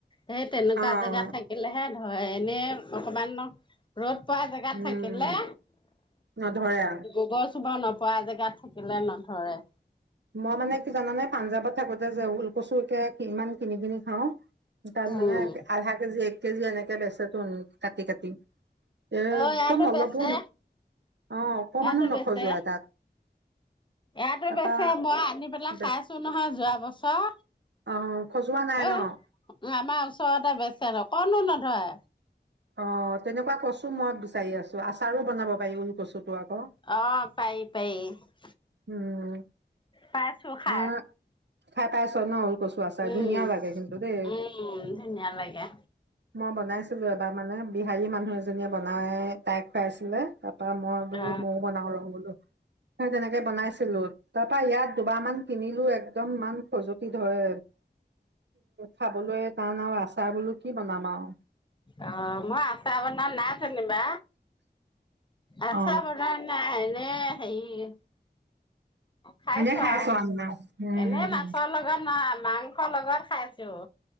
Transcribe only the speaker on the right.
অ অ
উম
নধৰে আৰু
মই মানে কি জানানে, পাঞ্জাৱত থাকোঁতে যে ওলকচু একে কিমান কিনি কিনি খাওঁ, তাত
মানে আধা কেজি, এক কেজি এনেকে বেচেটোন কাটি কাটি। একদম
অলপো
অ অকমানো
নখজুৱাই
তাত
তাৰপা
বেচ
অ খজোৱা নাই
ন
অ', তেনেকুৱা কচু মই বিচাৰি আছোঁ, আচাৰো বনাব পাৰি ওলকচুটো আক।
উম,
মই খাই পাইছোঁ ন। কচু আচাৰ,
ধুনীয়া লাগে কিন্তু দেই।
মই বনাইছিলোঁ এবাৰ মানে, বিহাৰী মানুহ এজনীয়ে বনাই। তাইক খাইছিলে, তাপা মই বোলো
ময়োও বনাওঁ ৰহ বোলো, সে তেনেকে বনাইছিলোঁ। তাপা ইয়াত দুবাৰ মান কিনিলোঁ, একদম ইমান খজুতি ধৰে। খাবলৈ টান আৰু আচাৰ বোলো কি বনাম আৰু?
অ
এনে খাইছো
আ উম